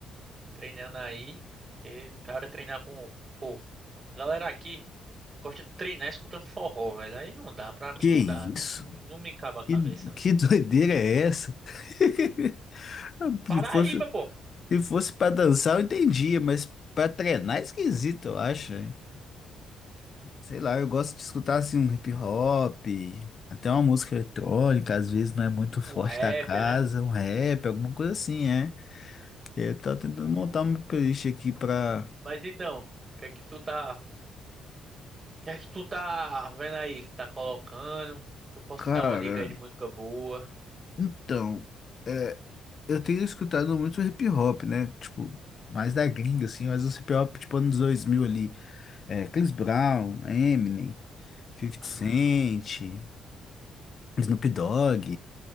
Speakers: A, on the right; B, on the left.
A: treinando aí. Porque o cara treinar com. Pô, a galera aqui gosta de treinar escutando forró, velho. Aí não dá, pra mim
B: que
A: não
B: isso?
A: dá. Não, não me cabe a cabeça,
B: Que,
A: não.
B: que <laughs> doideira é essa? <laughs>
A: Paraíba,
B: Se fosse,
A: pô.
B: se fosse pra dançar, eu entendia, mas pra treinar é esquisito, eu acho. Sei lá, eu gosto de escutar assim um hip hop, até uma música eletrônica, às vezes não é muito forte
A: Um rapper,
B: da casa,
A: né?
B: um rap, alguma coisa assim, é. Eu tô tentando
A: É.
B: montar uma playlist aqui pra.
A: Mas então, o que é que tu tá. O que é que tu tá vendo aí? que Tá colocando? Eu posso
B: Cara,
A: te dar uma dica aí de música boa.
B: então, é, eu tenho escutado muito hip hop, né? Tipo, mais da gringa, assim, mas os hip hop tipo anos 2000 ali. É, Chris Brown, Eminem, Fifty
A: Ah,
B: Cent, Snoop Dogg,